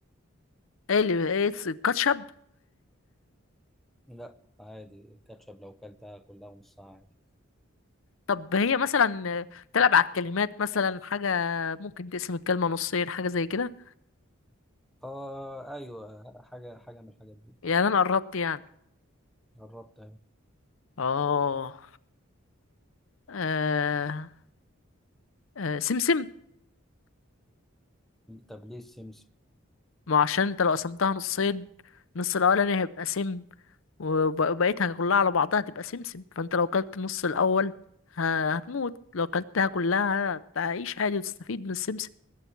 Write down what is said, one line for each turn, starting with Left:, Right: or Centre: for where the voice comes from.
Left: ايه اللي ايه الكاتشب
Centre: لا عادي كاتشب لو كلتها كلها ونص عادي
Left: طب هي مثلا تلعب على الكلمات مثلا حاجة ممكن تقسم الكلمة نصين حاجة زي كده
Centre: اه ايوه حاجه حاجه من الحاجات دي
Left: يعني أنا قربت يعني
Centre: قربت اهي
Left: آه آه آه، سمسم
Centre: طب ليه السمسم
Left: ما عشان أنت لو قسمتها نصين النص الأولاني هيبقى سم وب- وبقيتها كلها على بعضها هتبقى سمسم فأنت لو كلت النص الأول ه- هتموت لو كلتها كلها هتعيش عادي وتستفيد من السمسم